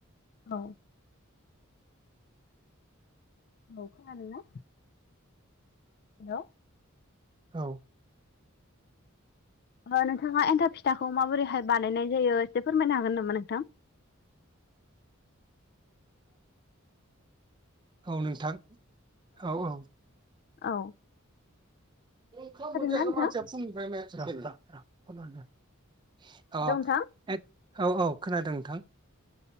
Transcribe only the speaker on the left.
औ। ओ खोनादों ना? हेल'
ओ नोंथाङा एन्थाब फिथाखौ माबोरैहाय बानायनाय जायो एसे फोरमायनो हागोन नामा नों
औ
खोनादोंना
नोंथां?
हेलौ नोंथां